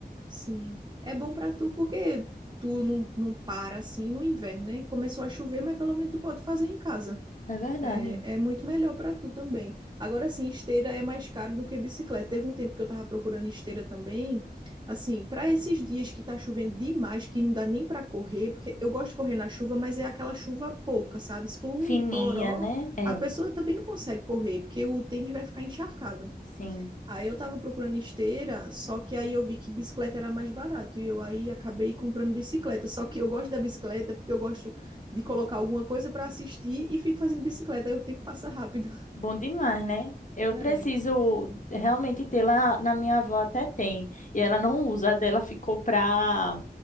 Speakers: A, on the right; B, on the left.
A: sim. É bom para tu porque tu não, não para assim no inverno, né? Começou a chover, mas pelo menos tu pode fazer em casa.
B: É verdade.
A: É, é muito melhor para tu também. Agora sim, esteira é mais caro do que bicicleta. Teve um tempo que eu tava procurando esteira também. Assim, para esses dias que tá chovendo demais, que não dá nem para correr, porque eu gosto de correr na chuva, mas é aquela chuva pouca, sabe? Se for um
B: Fininha,
A: toró,
B: né? É,
A: a pessoa também não consegue correr, porque o tênis vai ficar encharcado.
B: sim.
A: Aí eu tava procurando esteira, só que aí eu vi que bicicleta era mais barato e eu aí acabei comprando bicicleta. Só que eu gosto da bicicleta porque eu gosto de colocar alguma coisa para assistir e fico fazendo bicicleta, aí o tempo passa rápido. <laughs>
B: Bom demais, né? Eu
A: É,
B: preciso realmente ter lá na minha avó até tem. E ela não usa, a dela ficou pra